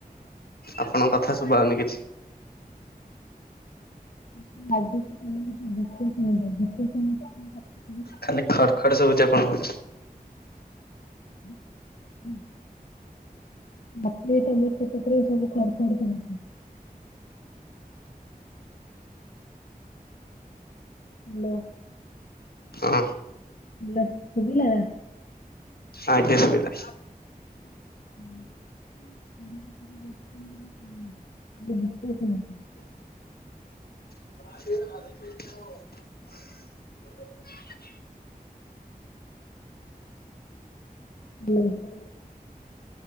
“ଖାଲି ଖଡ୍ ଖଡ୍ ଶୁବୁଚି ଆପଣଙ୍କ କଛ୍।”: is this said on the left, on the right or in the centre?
Left